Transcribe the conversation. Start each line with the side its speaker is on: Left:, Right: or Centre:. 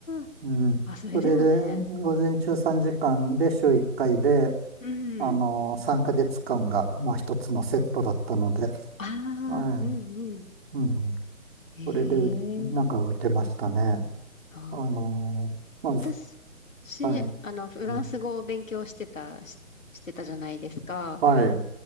Left: あー、
Right: うん。
Left: あ、それでもね。
Right: それで、午前中3時間で週1回で、
Left: うん。
Right: あの、3ヶ月間が、まあ、一つのセットだったので、
Left: ああ、
Right: は
Left: うんうん。
Right: い。うん。
Left: ええ
Right: それでう、なんか受けましたね。
Left: ああ
Right: あのーまあ、
Left: 私、
Right: す
Left: しあの、
Right: はい。
Left: フランス語を勉強してた、
Right: うん
Left: し、してたじゃないですか。
Right: はい。